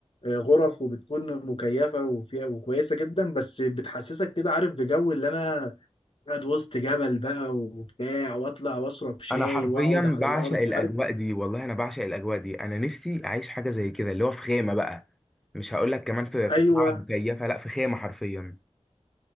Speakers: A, on the left (about 50°); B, in the centre.
A: غرف وبتكون مكيفه وفيها وكويسه جدا بس بتحسسك كده عارف بجو اللي انا قاعد وسط جبل بقى وبتاع واطلع واشرب شاي
B: انا حرفيا
A: واقعد على
B: بعشق
A: الارض
B: الاجواء
A: عارف
B: دي والله انا بعشق الاجواء دي انا نفسي اعيش حاجه زي كده اللي هو في خيمه بقى مش هقول لك كمان في في
A: ايوه
B: بتاع مكيفه لا في خيمه حرفيا